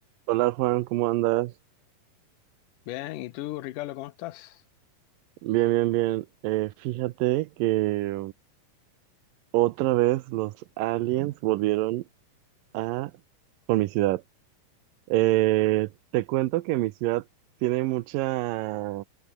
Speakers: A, on the right (about 85°); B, on the left (about 75°).
A: Hola Juan, ¿cómo andas?
B: Bien, ¿y tú, Ricardo, cómo estás?
A: Bien, bien, bien. Eh, fíjate que otra vez los aliens volvieron a por mi ciudad. Eh, te cuento que mi ciudad tiene mucha